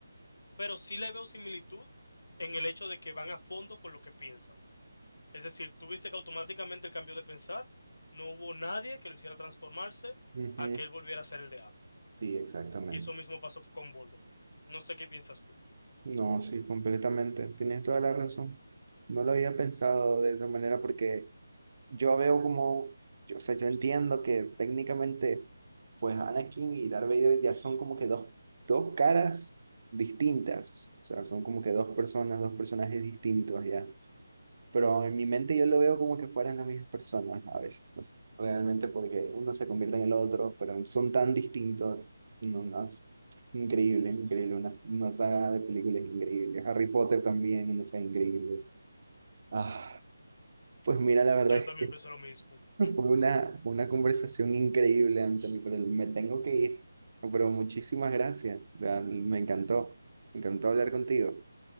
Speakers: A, on the left; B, on the right.
A: pero sí le veo similitud en el hecho de que van a fondo con lo que piensan. Es decir, tuviste que automáticamente el cambio de pensar, no hubo nadie que lo hiciera transformarse
B: Ujú,
A: a que él volviera a ser el de antes.
B: Sí, exactamente.
A: Y eso mismo pasó con Voldemort. No sé qué piensas tú.
B: No, sí, completamente. Tienes toda la razón. No lo había pensado de esa manera porque yo veo como, yo, o sea, yo entiendo que técnicamente, pues Anakin y Darth Vader ya son como que dos, dos caras distintas. O sea, son como que dos personas, dos personajes distintos ya. pero en mi mente yo lo veo como que fueran las mismas personas a veces, entonces, realmente porque uno se convierte en el otro, pero son tan distintos, no, no, es increíble, increíble, una, una saga de películas increíble, Harry Potter también, una saga increíble. Ah, pues mira, la
A: Yo
B: verdad es
A: también
B: que
A: pensé lo mismo. Mm.
B: <laughs> fue una, fue una conversación increíble, Anthony, pero me tengo que ir, pero muchísimas gracias, o sea, me encantó, me encantó hablar contigo,